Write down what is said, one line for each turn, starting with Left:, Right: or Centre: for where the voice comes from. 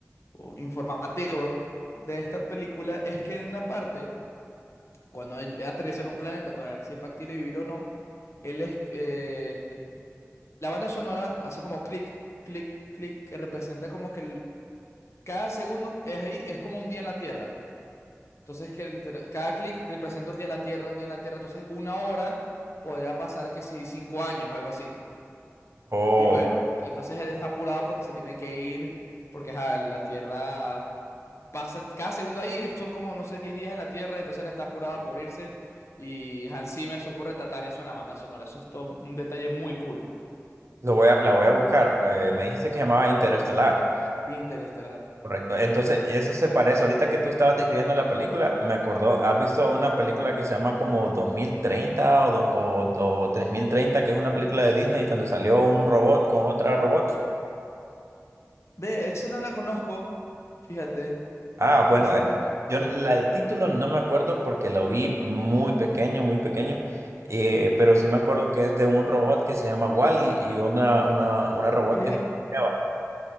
Left: o informativo de esta película es que en una parte, cuando él aterriza en un planeta para ver si es factible vivir o no, él es, eh, la banda sonora hace como clic, clic, clic, que representa como que el- cada segundo es ahí, es como un día en la Tierra. Entonces, que liter- cada clic representa un día en la Tierra, un día en la Tierra. Entonces, una hora podría pasar que si cinco años, algo así.
Right: Oh,
Left: Y bueno, entonces él está apurado porque se tiene que ir, porque ajá, la Tierra pasa cada segundo ahí, son como, no sé, 10 días en la Tierra, entonces él está apurado por irse. Y Hans Zimmer supo retratar eso en la banda sonora. Eso es todo un detalle muy cool.
Right: lo voy a, la voy a buscar. eh, me dijiste que se llamaba Interestelar.
Left: Interestelar.
Right: Correcto. Entonces, y eso se parece. Ahorita que tú estabas describiendo la película, me acordó, ¿has visto una película que se llama como 2030 o, do- o, o tres mil treinta? que es una película de Disney donde salió un robot con otra robot?
Left: Ve, esa no la conozco, fíjate.
Right: Ah, bueno,
Left: Esa
Right: eh,
Left: no la
Right: yo la- el título no me acuerdo porque lo vi muy pequeño, muy pequeño, eh, pero sí me acuerdo que es de un robot que se llama Wally y una, una, una robot
Left: Ok,
Right: que se llama Eva.